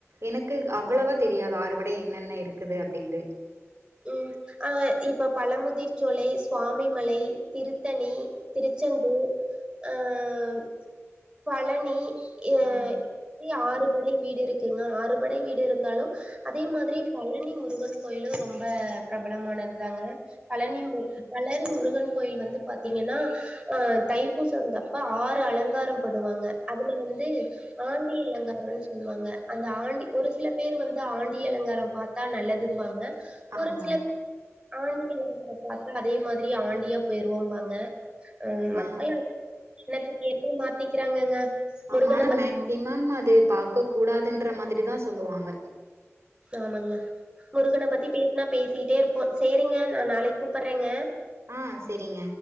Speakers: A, on the right; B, on the right.
A: எனக்கு அவ்வளவா தெரியாது ஆறுபடை என்னென்ன இருக்குது அப்டின்டு
B: ம் ஆ இப்ப பழமுதிர்ச்சோலை சுவாமிமலை திருத்தணி திருச்செந்தூர் அஹ் பழனி ஏ
A: ஆ
B: இப்பயு ஆறு படை வீடு இருக்குங்க ஆறுபடை வீடு இருந்தாலு அதே மாதிரி பழனி முருகன் கோயிலு ரொம் ப பிரபலமானது தாங்க பழனி மு பழனி முருகன் கோயில் வந்து பாத்தீங்கன்னா அ தைப்பூச வந்தப்ப ஆறு அலங்காரோ பண்ணுவாங்க அதுல வந்து ஆண்டி அலங்காரனு சொல்லுவாங்க அந்த ஆண்டி ஒரு சில பேர் வந்து ஆண்டி அலங்காரம் பாத் தா நல்லதுன்பாங்க ஒரு
A: ஆமா
B: சிலர் ஆண்டி அலங்கர பாத்தா அதே மாதிரி ஆண்டியா போயிருவோபாங்க அ மக்கள
A: ஆ
B: எண்ணத்துக்கேப்ப மாத்திக்கிறாங்கங்க முருகன
A: ஆமா ஆனா மேக்சிமம் அது பாக்க கூடாதுன்ற மாதிரிதா சொல்லுவாங்க
B: ஆமாங்க முருகன பத்தி பேசினா பேசிக்கிட்டே இருப்போ செரிங்க நா நாளைக்கு கூப்டுறேங்க
A: ஆ செரிங்க